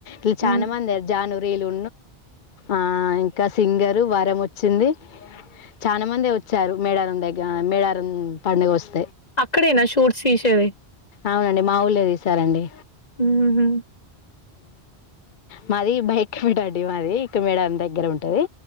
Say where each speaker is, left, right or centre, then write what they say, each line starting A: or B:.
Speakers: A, on the left; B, on the left.
A: ఇలు
B: హ్మ్.
A: చాలా మంది జానురిలు ఆ ఇంకా సింగరు వరం వచ్చింది చాలా మంది వచ్చారు మేడారం దగ్గ మేడారం పడుగ వస్త
B: అక్కడేనా షూట్స్ తీసేది
A: అవునండి మా ఊళ్ళే తీసారండి
B: హుహు.
A: మాది బయక్ పెడాడి మాది ఇక మేడ దగ్గర ఉంటది